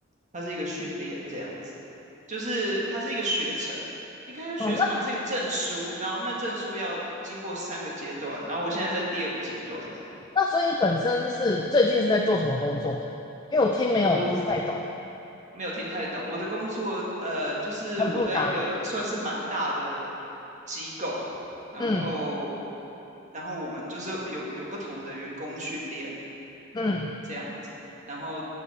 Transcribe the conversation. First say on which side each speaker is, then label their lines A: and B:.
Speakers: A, on the right (about 35°); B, on the left (about 20°).
A: 它是一个训练这样子，就是它是一个学程。你看要学什么？
B: 哦，那
A: 它是一个证书，然后那证书要经过三个阶段，然后我现在在第二个阶段。
B: 那所以你本身是最近是在做什么工作的？因为我听没有不是太懂，
A: 我。没有听太懂。我的工作，呃，就是我在一个算是蛮大的
B: 很复杂吗？
A: 机构，然后，
B: 嗯
A: 然后我们就是有有不同的员工训练
B: 嗯，
A: 这样子，然后